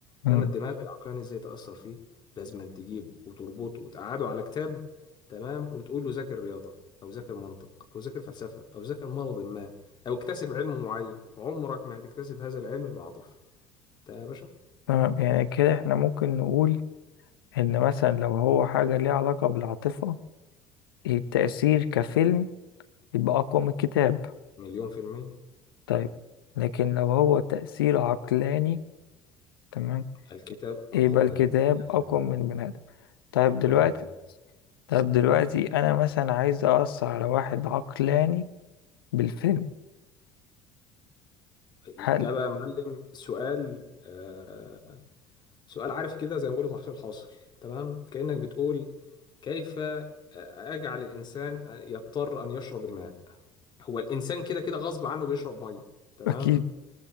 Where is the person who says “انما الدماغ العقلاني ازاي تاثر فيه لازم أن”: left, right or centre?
Left